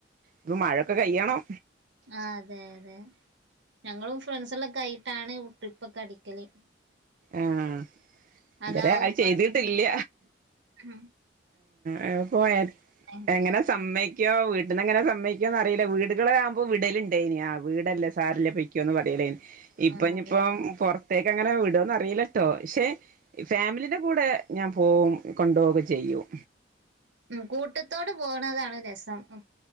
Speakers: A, on the right; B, on the right.
A: ഇപ്പം മഴൊക്കെ കയ്യണം
B: ആ അതെ അതെ ഞങ്ങളും ഫ്രണ്ട്സ്കളൊക്കെ ആയിട്ടാണ് ട്രിപ്പ് ഒക്കെ അടിക്കല്
A: ആഹ്
B: അതാവുമ്പോ
A: ഇതരേ അത് ചെയ്തിട്ടില്ല
B: ഉം
A: ആ പോയത്
B: അതെ
A: എങ്ങനെ സമ്മയിക്കോ വീട്ട്ന്നങ്ങനെ സമ്മയ്ക്കോന്ന് അറിയില്ല വീടുകള് ആകുമ്പോൾ വിടല്ണ്ടേയ്നി ആ വീടല്ലേ സാരല്ല പൊയ്ക്കോന്ന് പറയലേയ്നി ഇപ്പംഞ്ഞ്പ്പം
B: ആഹ് അതെ
A: പുറത്തേക്കങ്ങനെ വിടോന്ന റീലട്ടോ ക്ഷെ ഫാമിലിന്റെ കൂടെ ഞാൻ പോവും കൊണ്ടോവൊക്കെ ചെയ്യും
B: ഉം കൂട്ടത്തോട് പോണതാണ് രസം ഉം